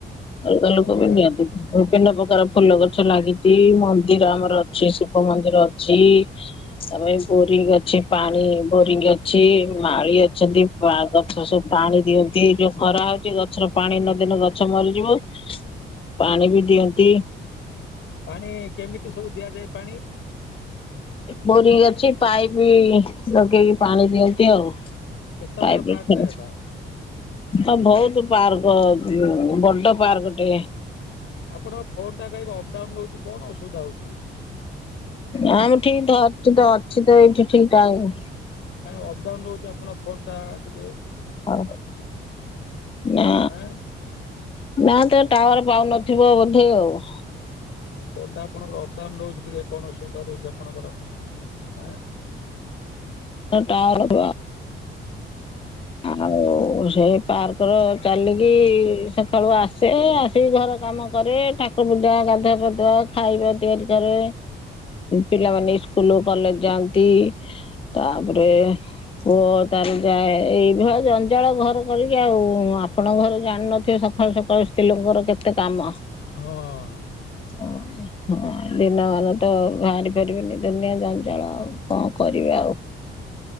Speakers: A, on the left; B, on the left.
A: ଅଲଗା ଲୋକ
B: ଆଚ୍ଛା
A: ବି ନିଅନ୍ତି, ବିଭିନ୍ନ ପ୍ରକାର ଫୁଲ ଗଛ ଲାଗି ତି, ମନ୍ଦିର ଆମର ଅଛି, ଶିବ ମନ୍ଦିର ଅଛି। ତା ପାଇଁ ବୋରିଙ୍ଗ ଅଛି, ପାଣି ବୋରିଙ୍ଗ ଅଛି ଇ। ମାଳି ଅଛନ୍ତି, ଗଛ ସବୁ ପାଣି ଦିଅନ୍ତି, ଯୋଉ ଖରା ହ ଟେ ଗଛର ପାଣି ନ ଦେନେ ଗଛ ମରିଯିବ, ପାଣି ବି ଦିଅନ୍ତି।
B: ପାଣି କେମିତି ସବୁ ଦିଆଯାଏ? ପାଣି?
A: ବୋରିଂ ଅଛି, ପାଇପ୍ ଲଗେଇକି ପାଣି ଦିଅନ୍ତି ଆଉ।
B: କେତେ
A: <unintelligible>
B: ବଡ ପାର୍କଟେ ସେଟା?
A: ହଁ ବହୁତ ପାର୍କ, ବଡ ପାର୍କ ଟେ।
B: ଆପଣଙ୍କ ଫୋନ୍ ଟା କାହିଁକି ଅପ୍ଡାଉନ ରହୁଚି, କଣ ଅସୁବିଧା ହଉଚି?
A: ଆମେ ଠିକ୍ ଧରିଚୁ ତ, ଅଛି ତ ଏଇଠି ଠିକ ଟାଇମ୍
B: କାଇଁ ଅପଡାଉନ ରହୁଚି, ଆପଣଙ୍କ ଫୋନ ଟା ଟିକେ?
A: ହଉ ନା
B: ଆଁ
A: ନା ତ ଟାୱାର ପାଉନଥିବ ବୋଧେ ଆଉ।
B: ଫୋନ୍ ଟା ଆପଙ୍କର ଅପଡାଉନ ରହୁଚି, ଟିକେ କଣ ଅସୁବିଧା ରହୁଛି ଆପଣଙ୍କର। ଆଁ?
A: ତ ଟାୱାର କୁ ଆ। ଆଉ ସେଇ ପାର୍କରେ ଚାଲିକି, ସକାଳୁ ଆ ସେ ଆସିକି ଘର କାମ କରେ, ଠାକୁର ପୂଜା, ଗାଧୁଆ ପାଧୁଆ, ଖାଇବା ତିଆରି କରେ। ପିଲାମାନେ ସ୍କୁ ସ୍କୁଲ୍ କଲେଜ ଯାଆନ୍ତି, ତାପରେ ପୁଅ ତାର ଯାଏ। ଏଇଭଳିଆ ଜଞ୍ଜାଳ ଘର କରିକି ଆଉ, ଆପଣଙ୍କ ଘରେ ଜାଣିନଥିବେ ସକାଳୁ ସକାଳୁ ସକାଳୁ ସ୍ତ୍ରୀ ଲୋକଙ୍କର କେତେ କାମ?
B: ହଉ ଆଉ।
A: ହଁ। ହଁ, ଦିନମାନ ତ ବାହାରି ପାରିବିନି ଦୁନିଆ ଜଞ୍ଚାଳ ଆଉ, କଣ କରିବି ଆଉ?